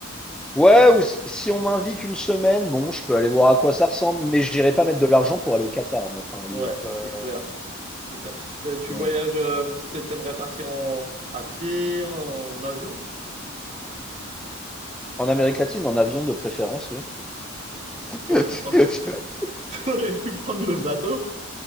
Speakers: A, in the centre; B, on the right.
A: Ouais, ou s- si on m'invite une semaine, bon, je peux aller voir à quoi ça ressemble, mais j'irai pas mettre de l'argent pour aller au Qatar, moi, par exemple.
B: Ouais, c'est
A: Euh,
B: clair. C'est clair. T'es- Tu
A: non,
B: voyages,
A: non.
B: euh, t'es- t'aimerais partir en, à pied, en, avion?
A: En Amérique latine, en avion de préférence, oui. <laughs>
B: T'aurais pu prendre, <laughs> t'aurais pu prendre le bateau.